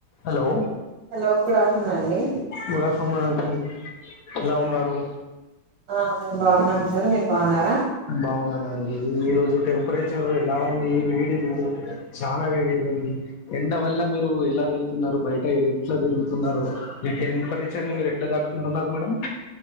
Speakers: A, on the left (about 75°); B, on the right (about 85°).
A: Hello
B: hello good afternoon అండి
A: good afternoon అండి ఎలా ఉన్నారు
B: ఆ మేము బాగున్నాం సార్ మీరు బాగున్నారా
A: బాగున్నానండి ఈ రోజు టెంపరేచర్ ఎలా ఉంది వేడిగుంది చానా వేడిగఉంది ఎండ వల్ల మీరు ఎలా వెళ్తున్నారు బయట ఎట్లా తిరుగుతున్నారు ఇ టెంపరేచర్ ని మీరు ఎట్లా తట్టుకుంటున్నారు మేడం